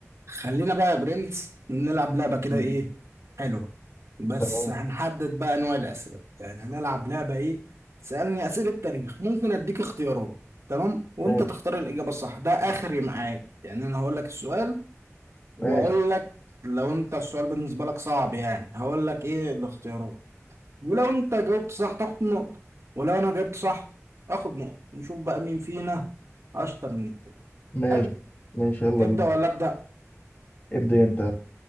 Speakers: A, on the right (about 65°); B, on the left (about 40°).
A: خلينا بقى يا برنس نلعب لعبة كده
B: مم.
A: ايه حلوة بس
B: تمام
A: هنحدد بقى انواع الأسئلة يعني هنلعب لعبة ايه تسألني أسئلة تاريخ ممكن أديك اختيارات تمام وانت
B: ماشي
A: تختار الإجابة الصح ده آخري معاك يعني أنا هقول لك السؤال
B: ماشي
A: وأقول لك لو انت السؤال بالنسبة لك صعب يعني هقول لك ايه الاختيارات ولو انت جاوبت صح تاخد نقطة ولو انا جاوبت صح اخد نقطة نشوف بقى مين فينا أشطر من التاني
B: ماشي
A: حلو
B: ماشي يلا
A: تبدأ
B: بينا
A: ولا أبدأ
B: ابدأ انت